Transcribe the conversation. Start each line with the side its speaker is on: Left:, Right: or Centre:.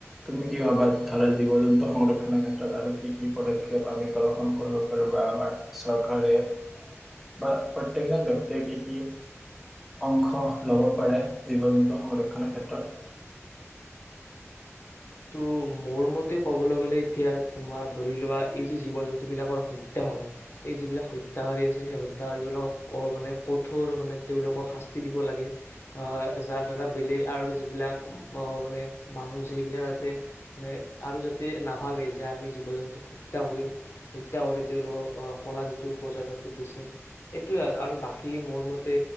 Centre: তুমি কি ভাবা? ধৰা জীৱ-জন্তু সংৰক্ষণৰ ক্ষেত্ৰত আৰু কি কি পদক্ষেপ আমি প্ৰদৰ্শন কৰিব পাৰোঁ বা আমাৰ চৰকাৰে বা, প্ৰত্যেকজন ব্যক্তিয়ে কি কি অংশ ল'ব পাৰে জীৱ-জন্তু সংৰক্ষণৰ ক্ষেত্ৰত।
Left: তু মোৰ মতে ক'বলৈ গ'লে, এতিয়া তোমাৰ ধৰি লোৱা এই যে জীৱ-জন্তুবিলাকৰ হত্যা হয়, এই যিবিলাক হত্যাকাৰী আছে, সেই হত্যাকাৰীবিলাকক ক মানে কঠোৰ মানে তেওঁলোকক শাস্তি দিব লাগে। অ, যাৰ দ্বাৰা বেলেগ আৰু যিবিলাক ম মানে মানুহ যে সেইবিলাক তে নে আৰু যাতে নাভাৱে যে আমি জীৱ-জন্তুক হত্যা কৰিম, হত্যা কৰি তেওঁলোক অ কলা যিটো বজাৰ চতে বেচিম। এইটোৱে আৰু, আৰু বাকী মোৰ মতে